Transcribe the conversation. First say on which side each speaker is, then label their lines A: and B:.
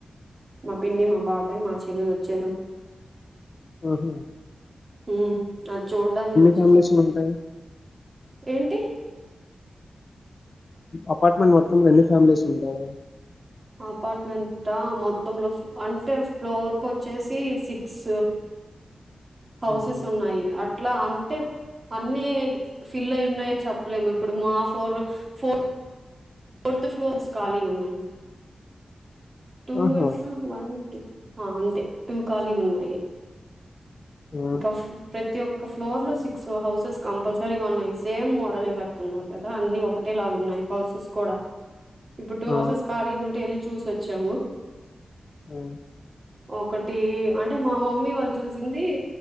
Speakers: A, on the right (about 30°); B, on the left (about 40°).
A: మా పిన్ని మా బాబాయ్ మా చెల్లెలు వచ్చేలోపు
B: ఆహుమ్
A: ఉమ్ అది చూడ్డానికి వచ్చి
B: ఫ్యామిలీస్ ఉంటాయి
A: ఏంటి?
B: అపార్ట్మెంట్ మొత్తం ఎన్ని ఫ్యామిలీస్ ఉంటాయ్?
A: అపార్ట్మెంట మొత్తంలో అంటే ఫ్లోర్ కు వచ్చేసి సిక్స్ హౌసెస్
B: ఆహా
A: ఉన్నాయి అట్లా అంటే అన్నీ ఫిల్ అయి ఉన్నాయని చెప్పలేము ఇప్పుడు మా ఫోర్ ఫోర్ ఫోర్త్ ఫ్లోర్స్ ఖాళీ ఉన్నాయి. టూ
B: ఆహా.
A: ఎట్లా వన్ టు అంతే టూ ఖాళీగా ఉన్నాయి.
B: ఆ
A: ఇంకా ప్రతి ఒ క్క ఫ్లోర్ లో సిక్స్ హౌసెస్ కంపల్సరీగా ఉన్నాయి. సేమ్ మోడలె కడుతున్నారు కదా అన్ని ఒకటే లాగా ఉన్నాయి. ఇ హౌసెస్ కూడా ఇప్పుడు టూ
B: ఆ
A: హౌసెస్ ఖాళీగా ఉంటే వెళ్ళి చూసి వచ్చాము.
B: అ
A: ఒకటి అంటే మా మమ్మీ వాళ్ళు చూసింది